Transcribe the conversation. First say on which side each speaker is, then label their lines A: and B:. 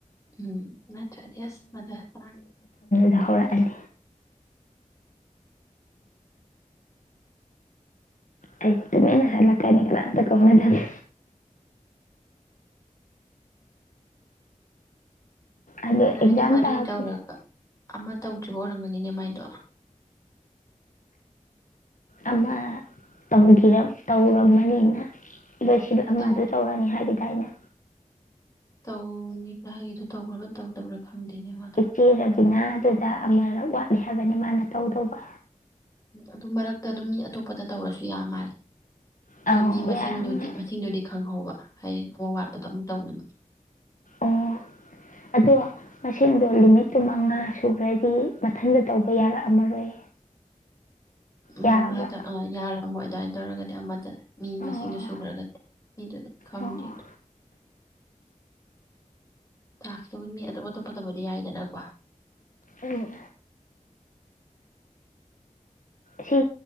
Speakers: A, on the left; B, on the left.
A: ꯎꯝ ꯅꯠꯇ꯭ꯔꯗꯤ ꯑꯁ ꯃꯊꯥꯁꯅꯤ
B: ꯍꯧꯔꯛ ꯑꯅꯤ ꯑꯩ ꯇꯨꯃꯤꯟꯅ ꯍꯜꯂꯛꯀꯅꯤ ꯀꯅꯥꯑꯃꯇ ꯀꯧꯅꯗꯕꯤ ꯑꯗꯣ
A: ꯇꯤꯅꯗꯣ
B: ꯑꯦꯛꯖꯥꯝ
A: ꯃꯔꯤ
B: ꯇꯥꯕꯗ
A: ꯇꯧꯔꯒ ꯑꯃ ꯇꯧꯗ꯭ꯔꯤꯕ ꯑꯣꯏꯔꯝꯒꯅꯤ ꯅꯤꯅꯦ ꯃꯥꯏꯗꯣ
B: ꯑꯃꯇꯪꯒꯤ ꯇꯧꯔꯝꯃꯅꯤꯅ ꯂꯣꯏꯁꯤꯜ ꯑꯃꯗꯨ
A: ꯇꯧ
B: ꯇꯧꯔꯅꯤ ꯍꯥꯏꯒꯤ ꯇꯥꯏꯅ
A: ꯇꯧꯅꯤꯅ ꯍꯥꯏ ꯑꯗꯣ ꯇꯧꯈ꯭ꯔꯕ ꯇꯧꯗꯕ꯭ꯔꯥ ꯈꯪꯗꯦꯅꯦ ꯃꯥꯗꯣ
B: ꯏꯆꯦ ꯔꯕꯤꯅꯗꯨ ꯗ ꯑꯃꯔꯛ ꯋꯥꯠꯂꯤ ꯍꯥꯏꯕꯅꯤ ꯃꯥꯅ ꯇꯧꯗꯧꯕ
A: ꯑꯗꯨ ꯃꯔꯛꯇ ꯑꯗꯨꯝ ꯃꯤ ꯑꯇꯣꯞꯄꯗ ꯇꯧꯔꯁꯨ ꯌꯥꯕ ꯃꯥꯜꯂꯦ
B: ꯑꯧ
A: ꯑꯗꯣ ꯃꯤ ꯃꯁꯤꯡꯗꯨꯗꯤ
B: ꯌꯥꯔꯝꯒꯅꯤ
A: ꯃꯁꯤꯡꯗꯨꯗꯤ ꯍꯪꯍꯧꯕ ꯍꯌꯦꯡ ꯑꯃ ꯋꯥꯠꯄꯗꯣ ꯑꯃꯨꯛ ꯇꯧꯅꯕ
B: ꯑꯣ ꯑꯗꯣ ꯃꯁꯤꯡꯗꯣ ꯂꯤꯃꯤꯠꯇꯨ ꯃꯉꯥ ꯁꯨꯈ꯭ꯔꯗꯤ ꯃꯊꯟꯗ ꯇꯧꯕ ꯌꯥꯔꯛꯑꯝꯃꯔꯣꯏ ꯌꯥꯕ꯭ꯔꯣ
A: ꯃꯉꯥꯗ ꯑ ꯌꯥꯔꯝꯃꯣꯏ ꯑꯗꯨꯃꯥꯏꯅ ꯇꯧꯔꯒꯗꯤ ꯑꯃꯗ ꯃꯤ
B: ꯑꯣ
A: ꯃꯁꯤꯡꯗꯨ ꯁꯨꯈ꯭ꯔꯒ ꯃꯤꯗꯨꯗ ꯈꯪꯗꯦ
B: ꯑꯣ ꯑꯣ
A: ꯇꯥꯛꯁ ꯇꯧꯕꯗꯤ ꯃꯤ ꯑꯇꯣꯞ ꯑꯇꯣꯞꯄꯗꯕꯨꯗꯤ ꯌꯥꯏꯗꯅꯀꯣ
B: ꯑ ꯁꯤ